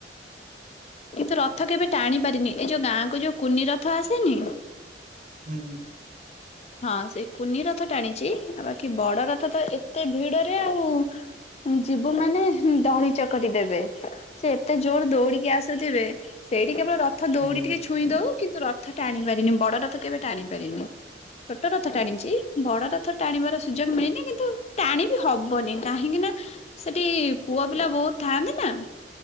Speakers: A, on the left (about 35°); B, on the right (about 45°).
A: କିନ୍ତୁ ରଥ କେବେ ଟାଣି ପାରିନି ଏ ଯୋଉ ଗାଁକୁ ଯୋଉ କୁନି ରଥ ଆସେନି
B: ହୁଁ ହୁଁ
A: ହଁ ସେ କୁନି ରଥ ଟାଣିଚି ଆଉ ବାକି ବ ବଡ ରଥ ତ ଏତେ ଭିଡରେ ଆଉ ଯିବୁ ମାନେ ଦଳି ଚକଟି ଦେବେ ସେ ଏତେ ଜୋରେ ଦୌଡିକି ଆସୁଥିବେ। ସେଇଠି କେବଳ ରଥ ଦୌଡି
B: ହୁଁ
A: ଟିକେ ଛୁଇଁ ଦଉ କିନ୍ତୁ ରଥ ଟାଣି ପାରିନି ବଡ ରଥ କେବେ ଟାଣି ପାରିନି। ଛୋଟ ରଥ ଟାଣିଛି ବଡ ରଥ ଟାଣିବାର ସୁଯୋଗ ମିଳି କିନ୍ତୁ ଟାଣି ବିି ହବନି କାହିଁକି ନା ସେଠି ପୁଅ ପିଲା ବହୁତ ଥାଆନ୍ତି ନା